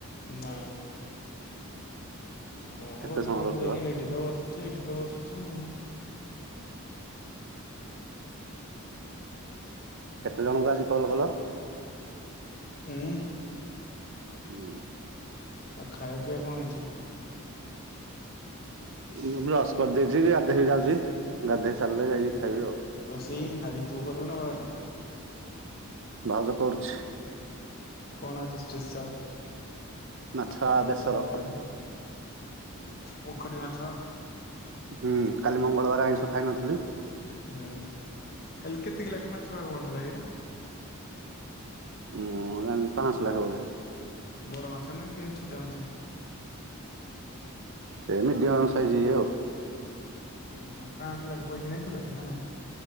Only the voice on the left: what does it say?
ନାଇଁ, କଣ
କରିବି
ଗାଁକୁ
ଯାଇକି
ସେଇଠି ତ ବସୁଟି ଏଠି ତ ତ ବସୁଛୁ ଆଉ
ଉଁ
ଆଉ ଖାଇବା ପିଇବା କଣ ହେଇଛି?
ରୋଷେଇ, ଆଜି ତୁ କରିବୁନା ଭାଉଜ
କଣ ଆଜି ସ୍ପେଶାଲ
ବୁଧବାରଟାରେ, ପୋଖରୀ ମାଛ
ହୁଁ, କାଲି କେତେ କିଲେ ଲେଖ ମାଛ ଭାଗ ପଡ଼ିଥିଲା କିରେ?
ବଡ଼ ମାଛ ନା କିି ଛୋଟ ମାଛ,
ହଁ ପାଶହ ଲେକ୍ଷେପଇସା ନେଇଥିଲେ ନା ନାଇଁ?